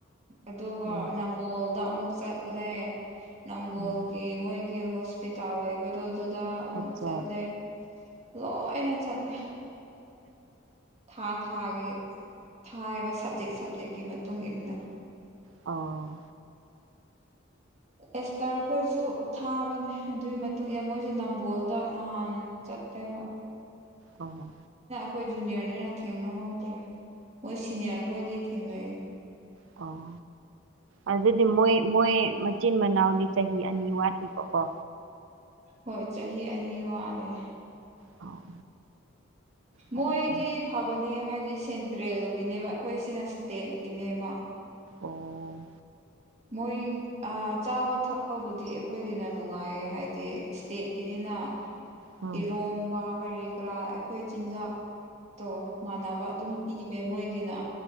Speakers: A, on the right (about 35°); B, on the right (about 70°).
A: ꯑꯗꯨꯒ
B: ꯎꯝ
A: ꯅꯝꯕꯣꯜꯗ ꯑꯃꯨꯛ ꯆꯠꯂꯦ ꯅꯝꯕꯣꯜꯒꯤ
B: ꯎꯝ
A: ꯃꯣꯏꯒꯤ ꯍꯣꯁꯄꯤꯇꯥꯜ ꯂꯩꯕꯗꯣ ꯑꯗꯨꯗ ꯑꯃꯨꯛ
B: ꯑꯆꯥ
A: ꯆꯠꯂꯦ ꯂꯣꯏꯅ ꯆꯠꯂꯦ ꯊꯥ ꯊꯥꯒꯦ ꯊꯥꯏꯕ ꯁꯕꯖꯦꯛ ꯁꯕꯖꯦꯛꯀꯤ ꯃꯇꯨꯡ ꯏ ꯃꯇꯨꯡꯏꯟꯅ
B: ꯑꯣ
A: ꯑꯦꯁꯇꯔ ꯈꯣꯏꯁꯨ ꯊꯥꯕꯅꯦ ꯑꯗꯨꯒꯤ ꯃꯇꯨꯡ ꯏꯟꯅ ꯃꯣꯏꯁꯨ ꯅꯝꯕꯣꯜꯗ ꯅꯍꯥꯟ ꯆꯠꯇꯦꯕ
B: ꯑꯣ
A: ꯑꯩꯈꯣꯏ ꯖꯨꯅꯤꯌꯔꯅꯤꯅ ꯊꯦꯡꯅꯍꯧꯗ꯭ꯔꯦ ꯃꯣꯏ ꯁꯤꯅꯤꯌꯥꯔꯈꯣꯏꯗꯤ ꯊꯦꯡꯅꯩ
B: ꯑꯣ ꯑꯗꯨꯗꯤ ꯃꯣꯏ ꯃꯣꯏ ꯃꯆꯤꯟ ꯃꯅꯥꯎꯗꯤ ꯆꯍꯤ ꯑꯅꯤ ꯋꯥꯠꯂꯤꯕꯀꯣ
A: ꯍꯣꯏ ꯆꯍꯤ ꯑꯅꯤ ꯃꯥꯜꯂꯦ
B: ꯑꯣ ꯑꯠꯆꯥ.
A: ꯃꯣꯏꯗꯤ ꯐꯕꯅꯦ ꯍꯥꯏꯗꯤ ꯁꯦꯟꯇ꯭ꯔꯦꯜꯒꯤꯅꯦꯕ ꯑꯩꯈꯣꯏꯁꯤꯅ ꯏꯁꯇꯦꯠꯀꯤꯅꯦꯕ
B: ꯑꯣ
A: ꯃꯣꯏ ꯆꯥꯕ ꯊꯛꯄꯕꯨꯗꯤ ꯑꯩꯈꯣꯏꯒꯤꯅ ꯅꯨꯡꯉꯥꯏ ꯍꯥꯏꯗꯤ ꯏꯁꯇꯦꯠꯀꯤꯅꯤꯅ
B: ꯎꯝ
A: ꯏ ꯔꯣꯝꯕꯥ ꯀꯔꯤ ꯀꯔꯥ ꯑꯩꯈꯣꯏ ꯆꯤꯟꯖꯥꯛꯇꯣ ꯃꯥꯟꯅꯕ ꯑꯗꯨꯝ ꯄꯤꯕ ꯃꯣꯏꯒꯤꯅ